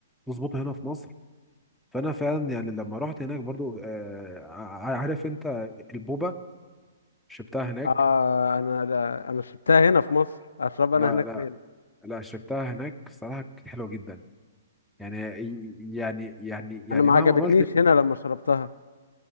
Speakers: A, in the centre; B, on the left (about 80°).
A: نظبطه هنا في مصر فأنا فعلا يعني لما رحت هناك برضو آه، ع- عارف أنت البوبا شربتها هناك
B: آه انا لا- انا شربتها هنا في مصر اشرب انا
A: لا
B: هناك
A: لا
B: فين
A: لا شربتها هناك صراحة كانت حلوة جدا يعني يعني يعني يعني
B: انا ما
A: مهما
B: عجبتنيش
A: عملت
B: هنا لما شربتها